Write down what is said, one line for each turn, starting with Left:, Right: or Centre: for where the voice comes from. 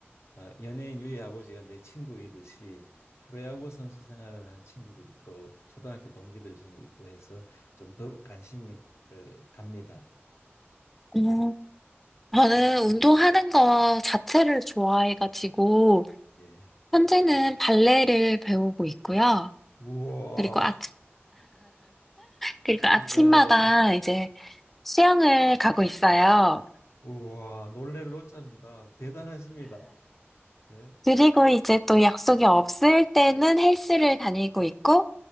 Left: 아, 연예인 유의 아버지가 내 친구이듯이 프로야구 선수 생활을 한 친구들이 또 초등학교 동기들 중에 있고 해서 좀 더욱 관심이 어, 갑니다.
Centre: 음, 저는 운동하는 거 자체를 좋아해가지고
Left: 예.
Centre: 현재는 발레를 배우고 있고요.
Left: 우와,
Centre: 그리고 아, 그리고 아침마다
Left: 네.
Centre: 이제 수영을 가고 있어요.
Left: 우와, 놀랄 노자입니다. 대단하십니다. 예.
Centre: 그리고 이제 또 약속이 없을 때는 헬스를 다니고 있고,